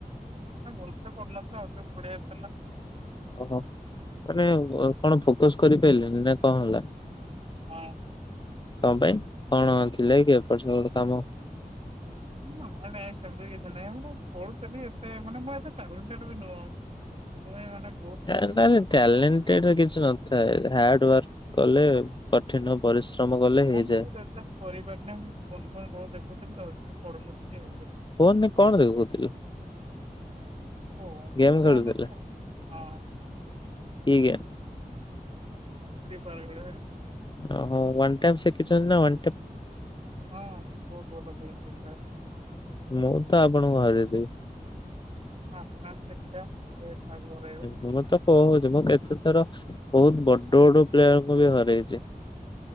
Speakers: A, on the right (about 45°); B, on the left (about 30°).
A: ନ ଭଲସେ ପଢୁନଥିଲା ଆଉ ଟିକେ ପଢଆାର ଥିଲା।
B: ଓହୋ ମାନେ କଣ ଫୋକସ କରିପାରିଲନି ନା କଣ ହେଲା?
A: ହଁ।
B: ତଣ ପାଇଁ କଣ ଥିଲେ କିଏ ଏପର୍ଯ୍ୟନ୍ତ ଗ କାମ
A: ନାଇଁ ନାଇଁ ସେମିତି କିଛି ନାଇଁ ମାନେ ପଢୁଥିଲି ଏତେ ଏ ନହଁ ମୁଁ <unintelligible>
B: ଲେ
A: କମ୍ ଯଦି
B: ଟ୍ୟାଲେଟ କିଛି ନଥାଏ ହାର୍ଡ ୱାର୍କ କଲେ କଠିନ ପରିଶ୍ରମ କଲେ
A: ହଁ
B: ହେଇଯାଏ।
A: ମୁଁ ସେଟା କରିପାରିନି ମୁଁ ଫଣ କଣ ବହୁତ ଦେଖୁଥିଲି ତ ସଏ ପଢୁନଥିଲେ।
B: କୁହି କଣ ଦେଖ କହୁଥିଲେ?
A: <unintelligible>
B: ଗେମ୍ ଖେଳୁଥିଲେ କିଏ କିଏ?
A: <inaudible>
B: ଓ ହୋ ୱାନ୍ ଟାଇମ୍ ଶିଖିଛନ୍ତି ନାୱ ଟ
A: ହଁ ବହୁତ ଭଲ ଖି ସାର୍।
B: ମୁଁ ତ ଆପଣଙ୍କୁ ଘରେ ଦେବି।
A: ଆସନାମ ଦେଖିବା। ଏ କାହାକୁ ହରେଇବା
B: ହୁଁ ମ। ତ କହୁଛି ମୁଁ କେତେଥର ବହୁତ ବଡ ବଡ ପ୍ଲେୟରଙ୍କୁ ବି ହରଇଛି। <inaudible>